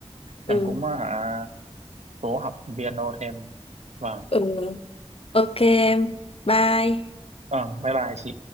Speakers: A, on the left (about 60°); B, on the right (about 80°).
A: ừ
B: em cũng ờ, hả cố học piano thêm vâng
A: ừ ok em bye
B: vâng bye bye chị